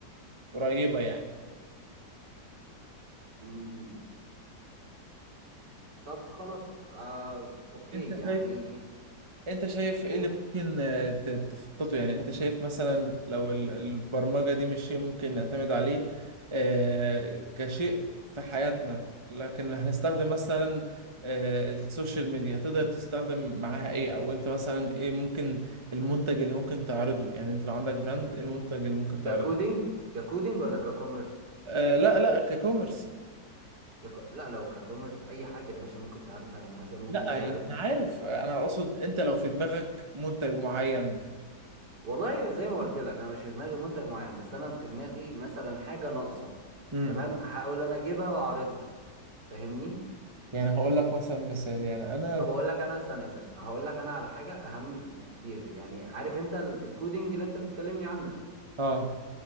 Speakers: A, on the right; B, on the right.
A: قريبة يعني
B: مم. طب خلاص آه... اوكي
A: أنت
B: يعني
A: شايف انت شايف ايه
B: قول
A: اللي ممكن آه، ت- تخططه يعني انت شايف مثلا لو ال- البرمجة دي مش شيء ممكن نعتمد عليه آه، كشيء في حياتنا لكن هنستخدم مثلا آه، السوشيال ميديا تقدر تستخدم معاها ايه او انت مثلا ايه ممكن المنتج اللي ممكن تعرضه يعني انت لو عندك براند ايه المنتج اللي ممكن تعرضه
B: ككودينج ككودينج ولا ككوميرس
A: آه، لا لا ككوميرس
B: كك... لا لو ككوميرس اي حاجه يا باشا ممكن تعرضها يعني مثلا ممكن
A: لا
B: تعرض
A: يعني انا عارف انا اقصد انت لو في دماغك منتج معين
B: والله زي ما قلت لك انا مش في دماغي منتج معين بس انا في دماغي مثلا حاجه ناقصه
A: امم
B: تمام احاول انا اجيبها واعرضها فاهمني
A: يعني هقول لك مثلا مثال يعني انا
B: طب اقول لك انا ثانيه ثانيه هقول لك انا على حاجه اهم كتير يعني عارف انت ال- الكودينج اللي انت بتكلمني عنه
A: اه